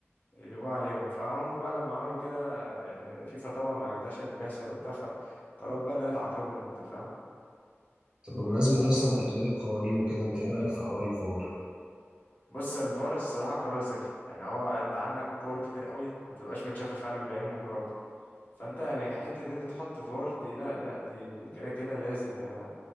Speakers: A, on the left; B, on the right.
A: يقلبوها عليهم فهم بقى لما عملوا كده يعني فيفا طبعا ما عجبتهاش اللي بيحصل وبتاع فقررت بقى إنها تعاقبهم أنت فاهم
B: طب بمناسبة أصلا تغيير القوانين وكده أنت إيه رأيك في حوار الفار؟
A: بص الفار الصراحة قرار ذكي يعني هو أنت عندك كور كتير قوي ما بتبقاش متشافة فعلا بالعين المجرد فانت يعني حته ان انت تحط فار دي لا لا دي دي كده كده لازم يعني انا